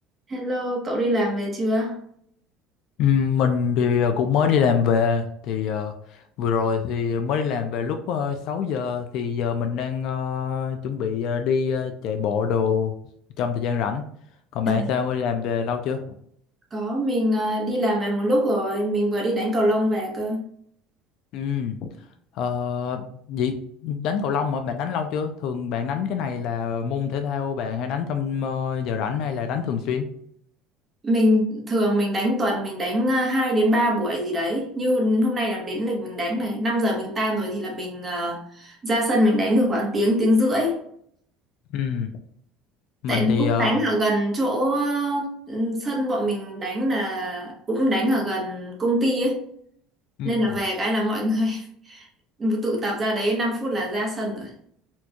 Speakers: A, on the right; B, on the left.
A: Hello, cậu đi làm về chưa?
B: Ừm, Mình thì ờ, cũng mới đi làm về thì ờ, vừa rồi thì mới đi làm về lúc uh, 6 giờ thì giờ mình đang ờ, chuẩn bị ờ, đi ờ, chạy bộ đồ trong thời gian rảnh. Còn
A: À,
B: bạn sao mới đi làm về lâu chưa?
A: có, mình ờ, đi làm về một lúc rồi, mình vừa đi đánh cầu lông về cơ.
B: Ừm, ờ, vậy đánh cầu lông mà bạn đánh lâu chưa? Thường bạn đánh cái này là môn thể thao bạn hay đánh trong ờ, giờ rảnh hay là đánh thường xuyên?
A: Mình thường mình đánh tuần mình đánh uh, 2 đến 3 buổi gì đấy. Như hôm nay là đến lịch mình đánh này, 5 giờ mình tan rồi thì là mình ờ, ra sân mình đánh được khoảng tiếng tiếng rưỡi.
B: Ừm, Mình
A: Tại
B: thì
A: cũng
B: ờ,
A: đánh ở gần chỗ ờ, ừ, sân bọn mình đánh là cũng đánh ở gần công ty ấy.
B: ừm,
A: Nên là về cái là mọi người <laughs> tụ tập ra đấy 5 phút là ra sân rồi.